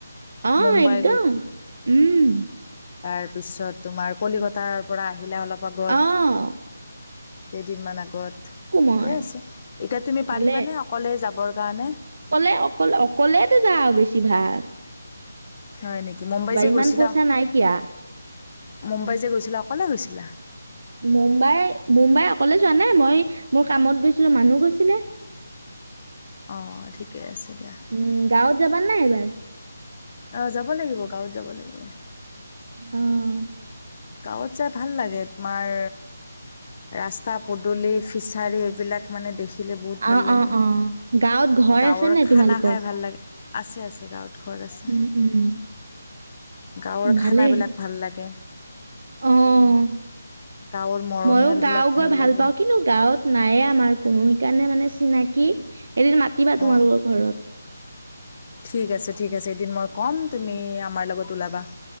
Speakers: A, on the right; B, on the left.
A: অৱ
B: মুম্বাই
A: একদম উম।
B: তাৰ পিছত তোমাৰ কলিকতাৰ পৰা আহিলে অলপ আগত।
A: অৱ।
B: কেইদিনমান আগত ঠিকে
A: মই
B: আছে এতিয়া তুমি
A: ভালে
B: পাৰিবানে অকলে যাবৰ কাৰণে?
A: এই অকল অকলেতো যাওঁ বেছি ভাগ।
B: হয় নেকি মুম্বাই যে
A: ইমান
B: গৈছিলা
A: পইচা নাইকিয়া
B: মুম্বাই যে গৈছিলা অকলে গৈছিলা।
A: মুম্বাই, মুম্বাই অকলে যোৱা নাই মই মোৰ কামত গৈছিলো মানুহ গৈছিলে।
B: অ', ঠিকে আছে। দিয়া।
A: উম গাঁৱত যাবা নাই এবাৰ।
B: অ', যাব লাগিব গাঁৱত যাব লাগিব।
A: অহ।
B: গাঁৱত যাই ভাল লাগে তোমাৰ ৰাস্তা পদূলি ফিছাৰী এইবিলাক মানে দেখিলে বহুত ভাল
A: অ
B: লাগে।
A: অ অ গাঁৱত ঘৰ
B: গাঁৱৰ
A: আছে নে
B: খানা
A: তোমালোকৰ
B: খাই ভাল লাগে আছে, আছে গাঁৱত। ঘৰত আছে
A: উম, উম।
B: গাঁৱৰ
A: ভালে
B: খানাবিলাক ভাল লাগে
A: অহ।
B: গাঁৱৰ মৰমীয়ালবিলাক
A: ময়ো গাওঁ গৈ ভাল
B: লাগে
A: পাওঁ কিনো গাঁৱত। নায়ে আমাৰ কোনো সেইকাৰণে মানে চিনাকি এদিন মাতিবা
B: অ
A: তোমালোকৰ
B: অ
A: ঘৰত।
B: ঠিক আছে ঠিক আছে এদিন মই কম তুমি আমাৰ লগত ওলাবা।